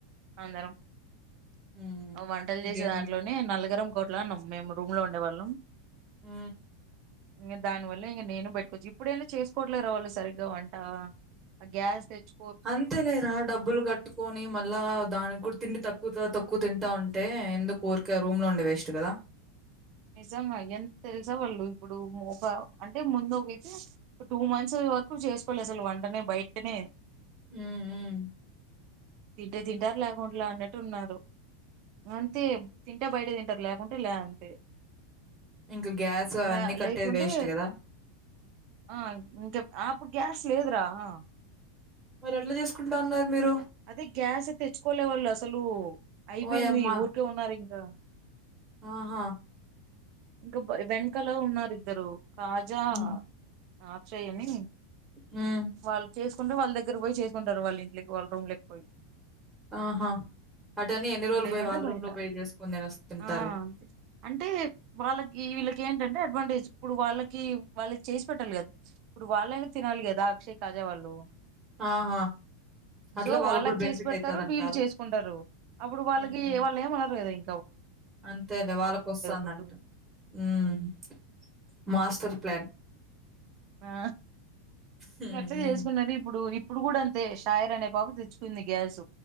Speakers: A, on the right (about 50°); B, on the right (about 20°).
A: అందరం
B: హ్మ్.
A: అ వంటలు
B: ఇంకేంది
A: చేసే దాంట్లోనే నల్లగరం కొట్లానం మేమ్ రూమ్ లో ఉండేవాళ్ళం
B: ఊ
A: ఇంగ దాని వల్ల ఇంగ నేను బయటకోచ్చ ఇప్పుడైనా చేసుకోవట్లే రవళి సరిగ్గా వంట ఆ గ్యాస్ తెచ్చు
B: అంతే లేరా డబ్బులు కట్టుకొని మళ్ళా దానికి కూడా తిండి తక్ కుతా తక్కువ తింటా ఉంటే ఎందుకు ఊర్కే ఆ రూమ్ లో ఉండే వేస్ట్ కదా
A: నిజంగా ఎంత తెలుసా వాళ్ళు ఇప్పుడు మోక అంటే ముందు వతే ఇపుడు టూ మంత్స్ వరకు జెస్కోలే అసలు వంటనే బయటనే
B: ఊ ఊ
A: తింటే తింటారు లేకుంట్లా అన్నట్టు ఉన్నారు అంతే తింటే బయట తింటారు లేకుంటే లే అంతే
B: ఇంక గ్యాస్ అవన్నీ
A: నా
B: కట్టేది
A: లేకుంటే
B: వేస్ట్ గదా!
A: ఆ ఇంకా ఆ అప్పుడు గ్యాస్ లేదురా ఆ
B: మరి ఎట్లా చేసుకుంటా ఉన్నారు మీరు?
A: అదే గ్యాస్ తెచ్చుకోలే వాళ్ళు అసలు అయిపోయింది
B: ఓయమ్మ!
A: ఊరికే ఉన్నారు ఇం క
B: ఆహా
A: ఇంకా బ వెనకలో ఉన్నారు ఇద్దరు కాజా
B: హ్మ్.
A: ఆ చేయని
B: హ్మ్.
A: వాళ్ళు చేస్ కుంటే వాళ్ళ దగ్గర ఒయి చేసుకుంటారు వాళ్ళ ఇంట్లకి వాళ్ళ రూమ్లకు పోయి
B: ఆహా అటన్నీ ఎన్ని రోజులు
A: లేకుంటే
B: పోయి వాళ్ళ
A: బయట
B: రూమ్ లో పోయి జేసుకొని తినస్తుంటారు
A: ఆ అంతే అంటే వాళ్ళకి వీళ్ళకి ఏంటంటే అడ్వాంటేజ్ ఇప్పుడు వాళ్ళకి వాళ్ళకి చేసి పెట్టాలి కదా ఇప్పుడు వాళ్ళైనా తినాలి కదా అక్షయ్ కాజా వాళ్ళు
B: ఆహా! అట్లా
A: సో వాళ్ళకి
B: గూడా బెనిఫిట్
A: చేసి పెడతారు
B: అయితదంటావా?
A: వీళ్ళు చేసుకుంటారు అప్పుడు వాళ్ళకి
B: హ్మ్.
A: వాళ్ళు ఏమనరు కదా ఇ
B: అంతేలే వాళ్ళకు వస్సందంట
A: ఫుడ్
B: ఉమ్ మాస్టర్ ప్లాన్
A: ఆ
B: హ్మ్.
A: అట్లే
B: హ్మ్.
A: చేసుకున్నది ఇప్పుడు ఇప్ ఇప్పుడు కూడా అంతే షాయర్ అనే పాప తెచ్చుకుంది గ్యాస్